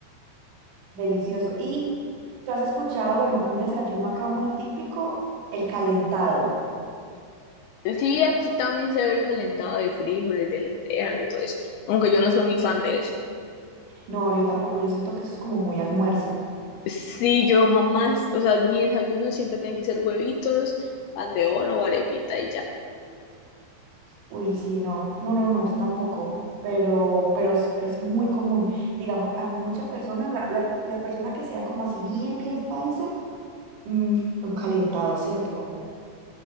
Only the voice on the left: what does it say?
Sí, aquí también se ve el calentado de frijoles, de lentejas, de todo eso. Aunque yo no soy muy fan de eso.
Sí, yo jamás, o sea, mi desayuno siempre tienen que ser huevitos, pan de bono o arepita y ya.